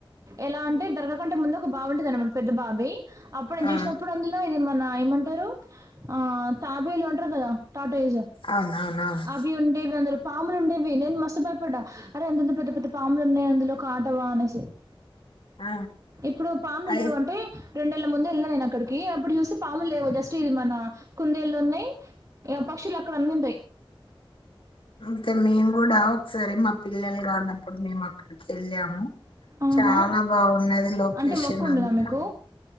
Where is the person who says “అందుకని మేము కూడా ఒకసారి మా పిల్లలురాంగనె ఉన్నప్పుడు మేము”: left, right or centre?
Left